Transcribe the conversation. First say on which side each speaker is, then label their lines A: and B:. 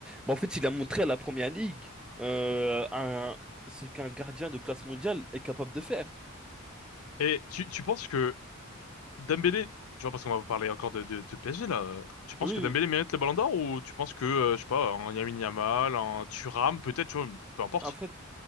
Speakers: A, in the centre; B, on the left.
A: Mais en fait, il a montré à la Première Ligue euh, un- ce qu'un gardien de classe mondiale est capable de faire.
B: Et tu, tu penses que Dembélé, tu vois, parce qu'on va parler encore de, de, de PSG là, euh, tu penses
A: Oui,
B: que Dembélé
A: oui.
B: mérite le Ballon d'Or ou tu penses que, euh, je sais pas, un Lamine Yamal, un Thuram, peut-être, tu vois, peu importe.
A: En fait,